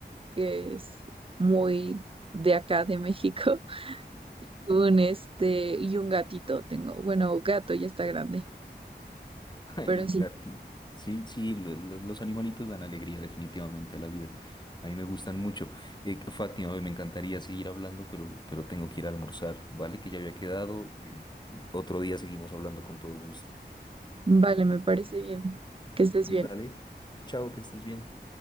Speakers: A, on the right; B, on the left.
A: que es muy de acá de México, <laughs> un este y un gatito tengo. Bueno, gato ya está grande,
B: Hay
A: pero
B: un
A: sí,
B: gatito. Sí, sí, lo- lo- los animalitos dan alegría definitivamente a la vida. A mí me gustan mucho. Eh, Fátima, me encantaría seguir hablando, pero, pero tengo que ir a almorzar, ¿vale? Que ya había quedado. eh, eh, otro día seguimos hablando con todo gusto.
A: vale, me parece bien. Que estés bien.
B: Dale, chao, que estés bien.